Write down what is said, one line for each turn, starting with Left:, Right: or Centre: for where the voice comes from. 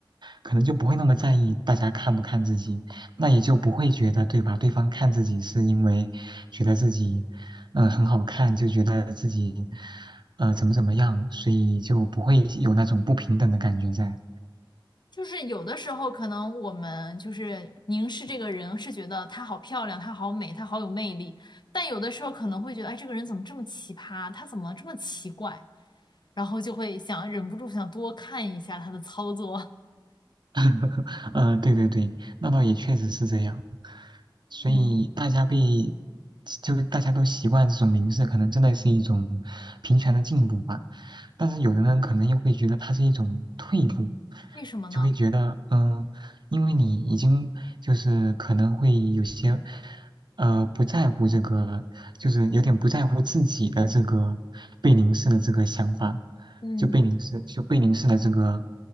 Right: 可能就不会那么在意大家看不看自己，那也就不会觉得，对吧？对方看自己是因为觉得自己，嗯、很好看，就觉得自己，呃，怎么怎么样，所以就不会有那种不平等的感觉在。
Left: 就是有的时候可能我们就是凝视这个人，是觉得她好漂亮，她好美，她好有魅力，但有的时候可能会觉得，哎，这个人怎么这么奇葩？他怎么这么奇怪？然后就会想忍不住想多看一下他的操作，
Right: <laughs> 嗯、对对对，那倒也确实是这样。所以大家被，
Left: 嗯
Right: 就大家都习惯这种凝视，可能真的是一种平权的进步吧。但是有的人可能又会觉得它是一种退步，
Left: 为什么呢？
Right: 就会觉得，嗯，因为你已经就是可能会有些，呃，不在乎这个，就是有点不在乎自己的这个被凝视的这个想法，
Left: 嗯
Right: 就被凝视，就被凝视的这个。